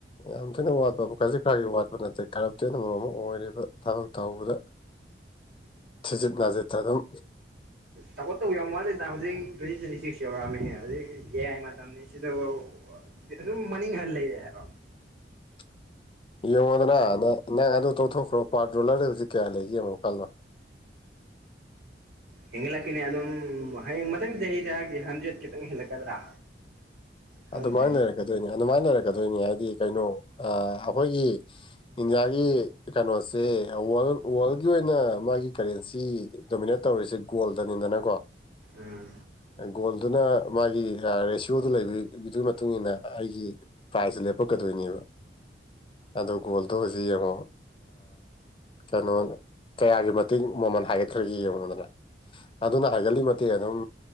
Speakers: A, on the left; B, on the right.
A: ꯌꯥꯝ ꯊꯤꯅ ꯋꯥꯠꯄ ꯈꯔꯁꯤ ꯈꯔꯒꯤ ꯋꯥꯠꯄ ꯅꯠꯇꯦ ꯀꯔꯞꯇꯦꯠ ꯑꯃꯝ ꯑꯃ ꯑꯣꯏꯔꯤꯕ ꯊꯕꯛ ꯇꯧꯕꯗ ꯊꯖꯤꯠ ꯅꯥꯖꯤꯗ꯭ꯔ ꯑꯗꯨꯝ
B: ꯇꯧꯈꯣꯠꯇꯧꯕ ꯌꯥ ꯌꯥꯝ ꯃꯥꯠꯂꯦꯗ ꯍꯧꯖꯤꯛ ꯇ꯭ꯋꯦꯟꯇꯤ ꯇ꯭ꯋꯦꯟꯇꯤ ꯁꯤꯛꯁ ꯌꯧꯔꯛꯑꯝꯃꯤ ꯍꯧꯖꯤꯛ ꯑꯦ ꯑꯥꯏ ꯃꯇꯝꯅꯤ ꯁꯤꯗꯕꯨ ꯑꯗꯨꯝ ꯃꯅꯤꯡꯍꯜ ꯂꯩꯔꯦ ꯍꯥꯏꯔꯣ
A: <inaudible> ꯌꯦꯡꯉꯣꯗꯅ ꯅꯪ ꯑꯗꯨ ꯇꯧꯊꯣꯛꯈ꯭ꯔꯣ ꯄꯥꯔꯠ ꯣꯂꯔꯗ ꯍꯧꯖꯤꯛ ꯀꯌꯥ ꯂꯩ ꯌꯦꯡꯉꯣꯀꯥꯟꯅꯣ <inaudible>
B: ꯍꯦꯟꯒꯠꯂꯛꯀꯅꯦ ꯑꯗꯨꯝ ꯍꯌꯦꯡ ꯃꯊꯪ ꯆꯍꯤꯗ ꯍꯥꯏꯗꯤ ꯍꯟꯗ꯭ꯔꯦꯠ ꯈꯤꯇꯪ ꯍꯦꯜꯂꯛꯀꯗ꯭ꯔꯥ ꯈꯪꯗ꯭ꯔꯦ
A: ꯑꯗꯨꯃꯥꯏꯅ ꯂꯩꯔꯛꯀꯗꯣꯏꯅꯤ ꯑꯗꯨꯃꯥꯏꯅ ꯂꯩꯔꯛꯀꯗꯣꯏꯅꯤ ꯍꯥꯏꯗꯤ ꯀꯩꯅꯣ ꯑꯩꯈꯣꯏꯒꯤ ꯏꯟꯗꯤꯌꯥꯒꯤ ꯀꯩꯅꯣꯁꯦ ꯋꯥꯔꯜ ꯋꯥꯔꯜꯒꯤ ꯑꯣꯏꯅ ꯃꯥꯒꯤ ꯀꯔꯦꯟꯁꯤ ꯗꯣꯃꯤꯅꯦꯠ ꯇꯧꯔꯤꯁꯦ ꯒꯣꯜꯗꯅꯤꯗꯅꯀꯣ
B: ꯎꯝ
A: ꯒꯣꯜꯗꯨꯅ ꯃꯥꯒꯤ ꯔꯦꯁꯤꯌꯣꯗꯨ ꯂꯩꯕ ꯒꯤ ꯃꯇꯨꯡ ꯃꯇꯨꯡꯏꯟꯅ ꯑꯩꯒꯤ ꯄ꯭ꯔꯥꯏꯖꯁꯦ ꯂꯦꯞꯄꯛꯀꯗꯣꯏꯅꯦꯕ ꯑ ꯒꯣꯜꯗꯣ ꯍꯧꯖꯤꯛ ꯌꯦꯡꯉꯣ ꯀꯩꯅꯣ ꯀꯌꯥꯒꯤ ꯃꯇꯦꯡ ꯃꯃꯜ ꯍꯥꯏꯒꯠꯈ꯭ꯔꯒꯦ ꯌꯦꯡꯉꯨꯗꯅ ꯑꯗꯨꯅ ꯍꯥꯏꯒꯠꯂꯤꯃꯛꯇꯤ ꯑꯗꯨꯝ